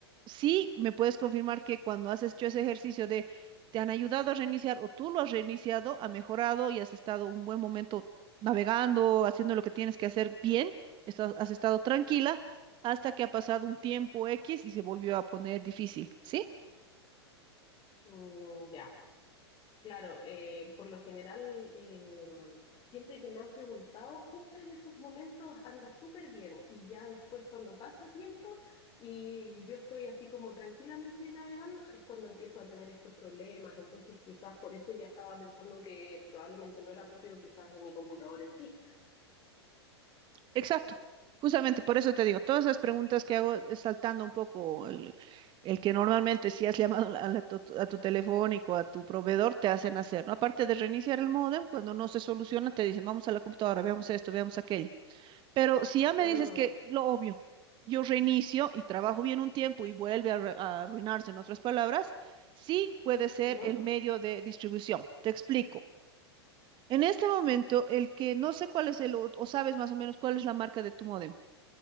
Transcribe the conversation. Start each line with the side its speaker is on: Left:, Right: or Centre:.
Right: sí me puedes confirmar que cuando has hecho ese ejercicio de te han ayudado a reiniciar o tú lo has reiniciado, ha mejorado y has estado un buen momento navegando, haciendo lo que tienes que hacer bien, estás- has estado tranquila hasta que ha pasado un tiempo X y se volvió a poner difícil, ¿sí?
Left: Mm, ya, Claro, eh, por lo general, eh, siempre que me han preguntado, justo en esos momentos anda súper bien y ya después cuando pasa tiempo y, y yo estoy así como tranquilamente navegando, es cuando empiezo a tener estos problemas. Entonces quizás por eso ya estaba pensando que probablemente no era propio quizás de mi computador en sí.
Right: Exacto. Justamente por eso te digo, todas esas preguntas que hago eh, saltando un poco el, el que normalmente si has llamado a, la- tu, a tu telefónico, a tu proveedor, te hacen hacer, ¿no? Aparte de reiniciar el módem, cuando no se soluciona, te dicen, vamos a la computadora, veamos esto, veamos aquello. Pero si ya me
Left: Mm,
Right: dices que lo obvio, yo reinicio y trabajo bien un tiempo y vuelve a, re- a arruinarse, en otras palabras, sí puede ser
Left: ujú.
Right: el Ujú. medio de distribución. Te explico. En este momento, el que no sé cuál es el, o o sabes más o menos cuál es la marca de tu módem